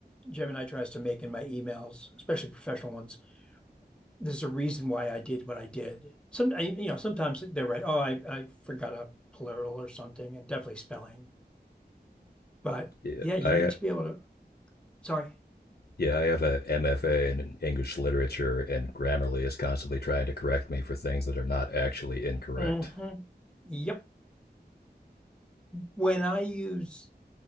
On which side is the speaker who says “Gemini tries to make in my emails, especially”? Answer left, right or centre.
Centre